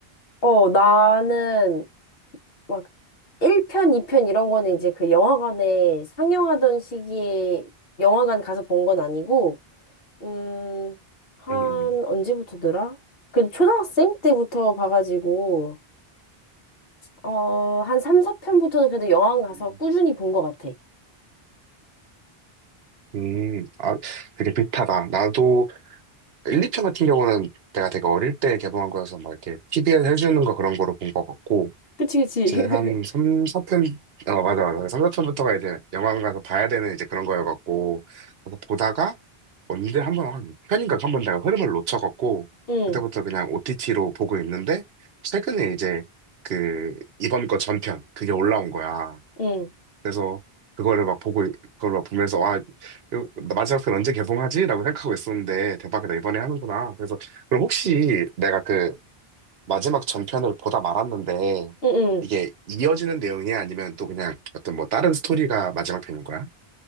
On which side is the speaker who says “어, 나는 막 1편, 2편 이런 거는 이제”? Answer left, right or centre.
Left